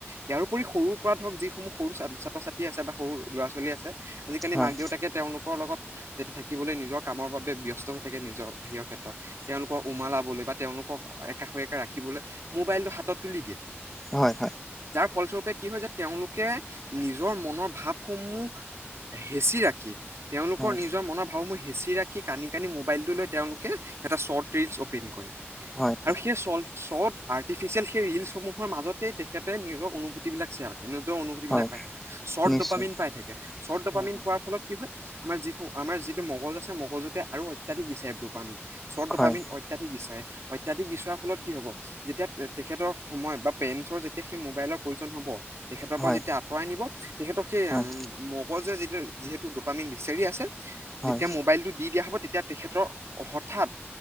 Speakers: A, on the right; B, in the centre.
A: ইয়াৰ উপৰি সৰুৰ পৰা ধৰক যিসমূহ সৰু ছাত্ৰ ছাত্ৰী আছে বা সৰু ল'ৰা ছোৱালী আছে। আজিকালি
B: হয়
A: মাক দেউতাকে তেওঁলোকৰ লগত। যেতিয়া থাকিবলৈ নিজৰ কামৰ বাবে ব্যস্ত হৈ থাকে নিজৰ হেয়ৰ ক্ষেত্ৰত। তেওঁলোকৰ উওমালাবলৈ বা তেওঁলোকক। একা হৈ এককাে ৰাখিবলৈ। মোবাইল টো হাতত তুলি দিয়ে।
B: হয় হয়
A: ফলস্বৰূপে কি হয় যে তেওঁলোকে নিজৰ মনৰ ভাৱসমূহ হেঁচি ৰাখি। তেওঁলোকৰ
B: হয় হয়
A: নিজৰ মনৰ ভাৱ মই। বাচি ৰাখি কানি কানি মোবাইলটো ল তেওঁলোকে এটা শৰ্ট ৰিলচ অপেন কৰে।
B: হয়
A: আৰু সেই চল চত। আটিচিয়েল সেইৰিলচসমুহ। কৰাৰ মাজতেই তেখেতে নিজক অনুভূতিবিলাক শ্বেয়াৰ কৰে নিজৰ অনুভূতিবিলাক
B: হয়
A: পাই থাকে শ্বৰ্ট
B: নিশ্চয়
A: ডপামিন পাই থাকে শ্বৰ্ট ডপামিন
B: হয়
A: পোৱাৰ ফলত কি হয় আমাৰ যি আমাৰ যিটো মগজ আছে মগজুতে আৰু অত্যাধিক বিচাৰিব পাম চদপামিন
B: হয়
A: অত্যাধিক বিচাৰে অত্যাধিক বিচৰা ফলত কি হব তেতিয়া তেখেতৰ সময় বা পেৰেন্টছৰ যেতিয়া সেই মোবাইলৰ প্ৰয়োজন হ'ব তেখেতৰ
B: হয়
A: পৰা যেতিয়া আঁতৰাই নিব তেখেতক সেই
B: হয়
A: মগজুৱে যেতিয়া যিহেতু দোপামীন বিচাৰী আছে
B: হয়
A: যেতিয়া মোবাইলটো দি দিয়া হ'ব তেত তিয়া তেখেতৰ হঠাৎ